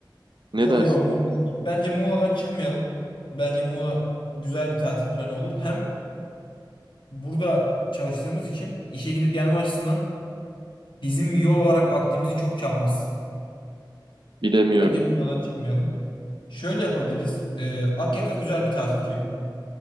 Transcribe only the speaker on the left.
Yo
yo Muğla. Bence Muğla'dan çıkmayalım. Bence Muğla güzel bir tatil planı olur. Hem burada çalıştığımız için işe gidip gelme açısından bizim yol olarak vaktimizi çok çalmaz.
Bence Muğla'dan çıkmayalım. Şöyle yapabiliriz. Ee, Akyaka güzel bir tatil köyü.